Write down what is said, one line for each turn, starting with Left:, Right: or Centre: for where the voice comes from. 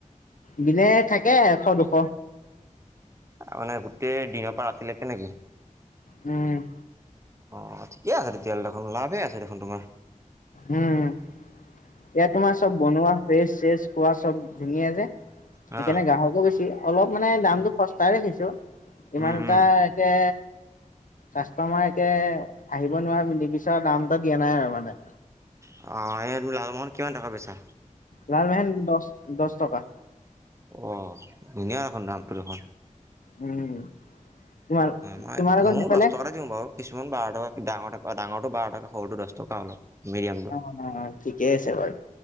Left: দিনে থাকে এশ, দুশ
Right: অ, মানে গোটেই দিনৰ পৰা ৰাতি লোকে নেকি!
Left: উম,
Right: অ, ঠিকে আছে তেতিয়াহ'লে দেখোন লাভে আছে দেখোন তোমাৰ।
Left: উম, ইয়াত তোমাৰ চব বনোৱা ফ্ৰেচ চেচ খোৱা চব ধুনীয়া যে। সেইকাৰণে
Right: হা
Left: গ্ৰাহকো বেছি অলপ মানে দামটো সস্তাই ৰাখিছো। ইমানটা
Right: উম উম
Left: একে কাষ্টমাৰ একে আহিব নোৱাৰা নিবিচাৰা দাম এটা দিয়া নাই আৰু মানে।
Right: অ, এই তুমি লালমোহন কিমান টকা বেছা?
Left: লালমেহন দছ-দছ টকা।
Right: অ, ধুনীয়া দেখোন দামটো দেখোন।
Left: উম, তোমাৰ-তোমাৰ
Right: মই
Left: লোকৰ
Right: ময়ো
Left: সেফালে?
Right: <unintelligible> কিছুমান বাৰ টকা ডাঙৰটো অ, ডাঙৰটো বাৰ টকা সৰুটো দছ টকা অলপ। মিডিয়ামটো
Left: <unintelligible> ঠিকেই আছে বাৰু।